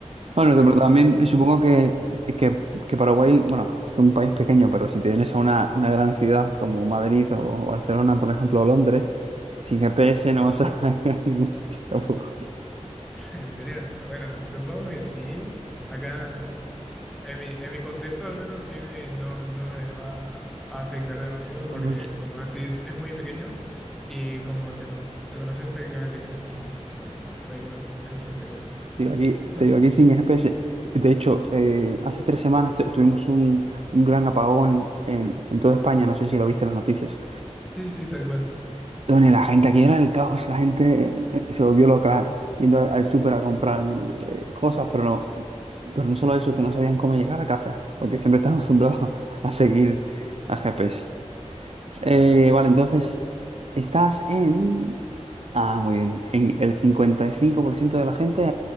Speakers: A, on the right (about 55°); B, in the centre.
A: Bueno,
B: O sea,
A: pero
B: como
A: también
B: que no-
A: supongo que, que, que Paraguay, bueno, es un país pequeño, pero si te vienes a una, una gran ciudad como Madrid o, o Barcelona, por ejemplo, o Londres, sin GPS no vas <laughs> a ir a ningún sitio tampoco.
B: <laughs> ¿En serio? Bueno, supongo que sí. Acá mm, en mi, en mi contexto al menos sí no, no me va a afectar demasiado
A: Vamos.
B: porque como decís es muy pequeño y como te, cono- te conoces prácticamente cada esquina. Va- Da igual el GPS.
A: Digo, aquí,
B: <laughs>
A: te digo, aquí sin GPS. De hecho, eh, hace tres semanas tu- tuvimos un, un gran apagón en, en toda España, no sé si lo viste en las noticias.
B: Sí, sí, tal cual.
A: Bueno, y la gente aquí era el caos, la gente eh, se volvió loca ¿eh? yendo al al súper a comprar eh, cosas, pero no, pero no solo eso, que no sabían cómo llegar a casa, porque siempre están <laughs> acostumbrados a seguir a GPS.
B: <laughs>
A: Eh, vale, entonces, estás en... Ah, muy bien, en el 55% de la gente